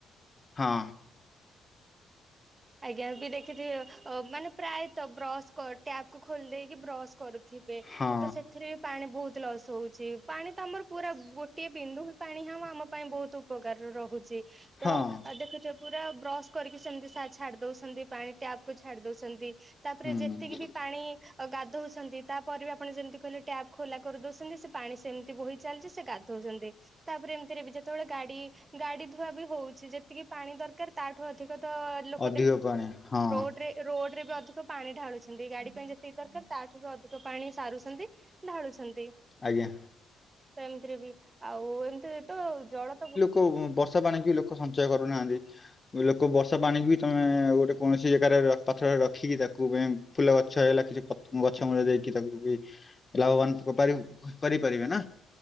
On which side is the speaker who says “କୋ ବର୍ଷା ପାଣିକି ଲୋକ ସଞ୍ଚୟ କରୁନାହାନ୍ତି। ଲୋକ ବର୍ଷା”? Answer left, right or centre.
Left